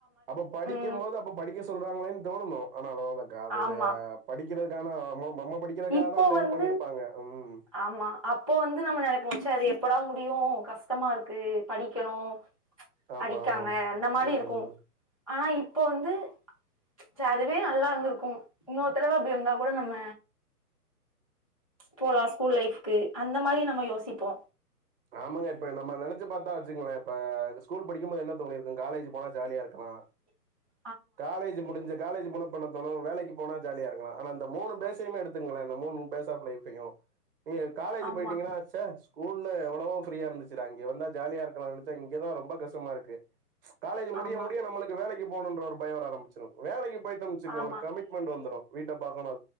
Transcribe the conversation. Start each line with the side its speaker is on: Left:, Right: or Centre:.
Right: அப்ப படிக்குமோது
Left: ம்
Right: அப்ப படிக்க சொல்றாங்களேன் தோணனு ஆனா அதலா <unintelligible> காலைல
Left: ஆமா
Right: படிக்கிறதுக்கான அம்மோம் நம்ம படிக்கிறதுக்காக
Left: இப்போ
Right: தா அந்த
Left: வந்து
Right: இது பண்ணிருப்பாங்க உம்
Left: ஆமா அப்போ வந்து நம்ம நெனைப்போ சா அது எப்படா முடியு கஷ்டமாருக்கு படிக்கணு
Right: ஆமா
Left: அடிக்காமா
Right: ஆமாம்
Left: அந்த மாரி
Right: ம்
Left: இருக்கும் ஆனா இப்போ வந்து சா அதுவே நல்லாருந்துருக்கும் இன்னொரு தடவ அப்டி வந்தா கூட நம்ம போலாம் ஸ்கூல் லைஃப்க்கு அந்த மாரி நம்ம யோசிப்போ
Right: ஆமாங்க இப்ப நம்ம நெனச்சி பாத்தா வெச்சுங்ளே இப்ப ஸ்கூல் படிக்கும்போது என்ன தோனிருக்கும் காலேஜி போனா ஜாலியா இருக்கலா
Left: <inaudible>
Right: காலே ஜி முடிஞ்ச காலேஜி போனா பண்ண தோனோ வேலைக்கு போனா ஜாலியா இருக்கலா அந்த மூணு பேஜ்ஜயும் எடுத்துக்குங்ளே மூணு பேசை <unintelligible> லைப்பையும் நீங்க எட்த் காலேஜ்
Left: ஆமா
Right: போய்ட்டிங்கனா சா ஸ்கூல்ல எவ்ளோ ஃப்ரீயா இருந்துச்சுடா இங்க வந்த ஜாலியா இருக்கலான் சா இங்கதா ரொம்ப கஷ்டமா இருக்கு காலேஜி முடிய
Left: ஆமா
Right: முடிய நம்மளுக்கு வேலைக்கு போணுன்ற ஒரு பயோ வர ஆரம்பிச்சிரு வேலைக்கு போயிட்டம் வெச்சுக்ங்க
Left: ஆமா
Right: ஒரு கமிட் வந்துரு வீட்ட பாக்கணு